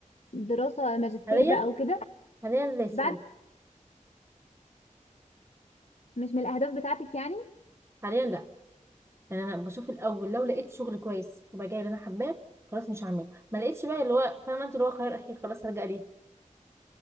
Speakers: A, on the left; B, on the right.
A: دراسة ماجستير
B: حاليا
A: بقى وكده
B: حاليا لسه
A: بعد مش من الأهداف بتاعتك يعني
B: حاليا لا يعني أنا بشوف الأول لو لقيت شغل كويس في مجال اللي أنا حباه خلاص مش هعمله ما لقيتش بقى اللي هو فاهمة أنت اللي هو خيار أخير خلاص هرجع ليه